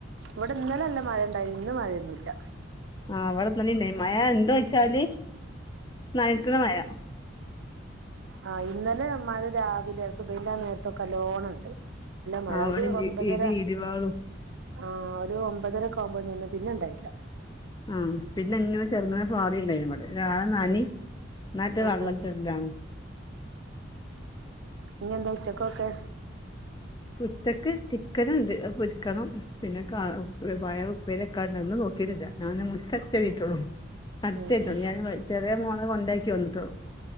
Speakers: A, on the right; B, on the left.
A: ഇവിടെ ഇന്നലെ നല്ല മഴ ഇണ്ടായി ഇന്ന് മഴയൊന്നൂല്ല
B: ആ ഇവിടെ ഇന്നലെ ഇണ്ടേയിനി മഴ ഇണ്ടോ ചോയിച്ചാല് നനക്കുന്ന മഴ
A: ആ ഇന്നലെ മഴ രാവിലെ സുബൈൻന്റെ ആ നേരത്തൊക്കെ നല്ലോണണ്ട് ഇല്ല മഴ
B: ആ അവിടെ
A: ഒരു
B: ഉണ്ട്
A: ഒമ്പതര
B: ഇടി ഇടിവാളും
A: ആ ഒരു ഒമ്പതരക്കാവുമ്പോനിന്ന് പിന്നെണ്ടായില്ല
B: യം പിന്നെ ഇങ്ങനെ ചെറുന്നനെ പാറില്ലായ്നു വടെ ഒരാള്
A: ഉം
B: നനിം ന്നാറ്റ്
A: ഉം
B: വെള്ളറ്റുണ്ടായ്
A: ഉം ഇഞ്ഞെന്താ ഉച്ചക്കൊക്കെ
B: ഉച്ചക്ക് ചിക്കന്ണ്ട് അത് പൊരിക്കണം പിന്നെ കാ പയറു പ്പേര്യെക്കാണ്ട് അന്നും നോക്കീട്ട്ല്ല ഞാന് മുറ്റട്ച്ചേരീട്ടാെള്ളു അട്ച്ചേര്ട്ടാെള്ളു
A: ഉം ഉം
B: ഞാന് വ ചെറ്യേ മോ അത് കൊണ്ടാക്കി വന്നിട്ടൊള്ളു.